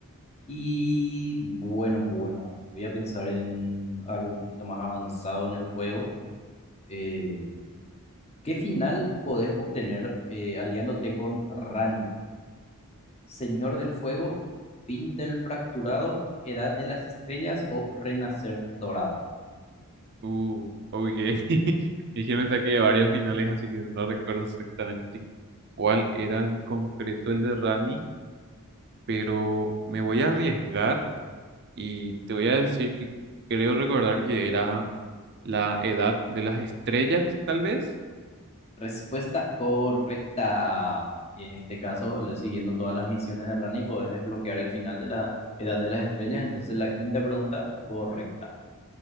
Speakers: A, on the left; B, on the right.
A: Y bueno, bueno, voy a pensar en algo un poquito más avanzado en el juego. Eh, ¿qué final podés obtener eh, aliándote con Randy? Señor del Fuego, Fin del Fracturado, Edad de las Estrellas o Renacer Dorado.
B: Uh, ok. <laughs> Es que me saqué de varios finales, así que no recuerdo exactamente cuál era en concreto el de Rani, pero me voy a arriesgar y te voy a decir que creo recordar que era... la edad de las estrellas, tal vez.
A: Respuesta correcta. En este caso, le- siguiendo todas las misiones de Rani, podés desbloquear el final de la Edad de las Estrellas. Entonces, la quinta pregunta correcta.